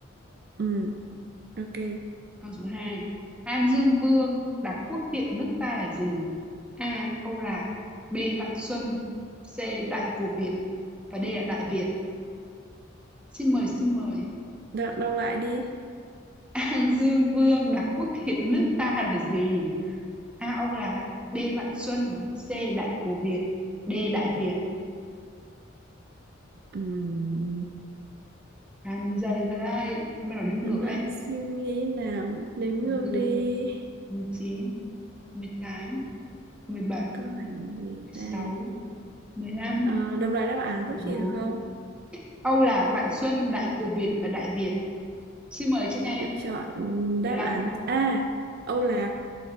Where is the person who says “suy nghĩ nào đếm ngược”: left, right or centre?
Right